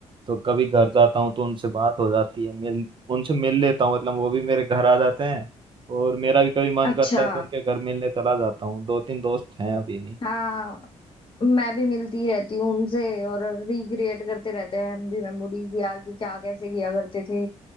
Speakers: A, on the right (about 40°); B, on the left (about 40°).
A: तो कभी घर जाता हूँ तो उनसे बात हो जाती है मिल उनसे मिल लेता हूँ मतलब वो भी मेरे घर आ जाते हैं और मेरा भी कभी मन
B: अच्छा
A: करता है तो उनके घर मिलने चला जाता हूँ दो तीन दोस्त हैं अभी भी
B: हाँ मैं भी मिलती रहती हूँ उनसे और रिक्रिएट करते रहते हैं हम भी मेमोरीज यार कि क्या कैसे किया करते थे